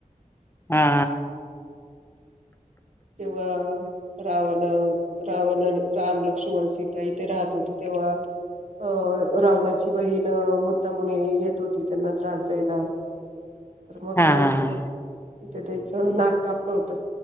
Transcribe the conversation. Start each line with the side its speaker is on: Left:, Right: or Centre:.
Left: हा
Right: तेव्हा रावण रावण राम लक्ष्मण सीता इथे राहत होते तेव्हा अ रावणाची बहीण मुद्दाम येत होती त्यांना त्रास द्यायला मग
Left: हा हा हा हा
Right: तिथे त्याचं नाक कापलं होतं